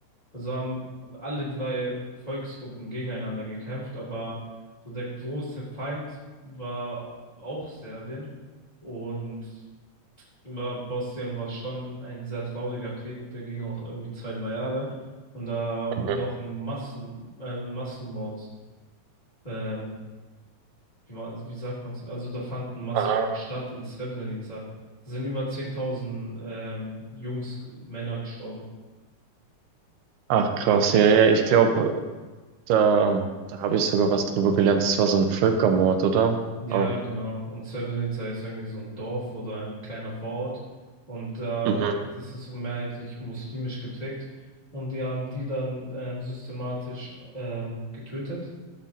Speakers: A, on the left; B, on the right.
A: Also haben alle drei Volksgruppen gegeneinander gekämpft, aber so der große Feind war auch Serbien. Und ja, Bosnien war schon ein sehr trauriger Krieg, der ging auch irgendwie zwei, drei Jahre. Und da
B: Mhm.
A: wurde auch ein Massen, äh, ein Massenmord, ähm, wie, war- wie sagt man's? Also da fand ein Massenmord
B: Ah.
A: statt in Srebrenica. Da sind über 10.000 ähm, Jungs, Männer gestorben.
B: Ach, krass. Ja, ja, ich glaube, da, da habe ich sogar was drüber gelernt. Das war so ein Völkermord, oder?
A: Ja,
B: Auch.
A: genau. Und Srebrenica ist irgendwie so ein Dorf oder ein kleiner Vorort. Und da,
B: Mhm.
A: das ist so mehrheitlich muslimisch geprägt. Und die haben die dann ähm, systematisch ähm, getötet.